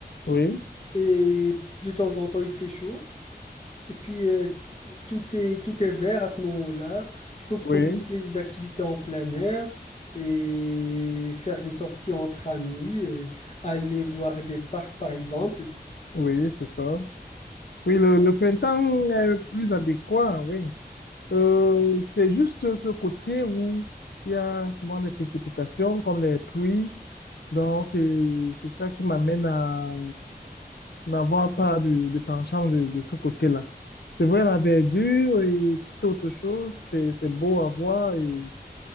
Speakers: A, on the left (about 85°); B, on the left (about 40°).
A: oui,
B: et de temps en temps, il fait chaud. Et puis, euh, tout est, tout est vert à ce moment-là. Tu peux profiter
A: oui,
B: des activités en plein air et faire des sorties entre amis, euh, aller voir des parcs par exemple.
A: oui, c'est ça. Oui, le, le printemps est plus adéquat, oui. Euh, c'est juste ce côté où il y a souvent des précipitations comme les pluies. Donc, c'est, c'est ça qui m'amène à n'avoir pas de, de penchant de, de ce côté-là. C'est vrai, la verdure et toute autre chose, c'est, c'est beau à voir et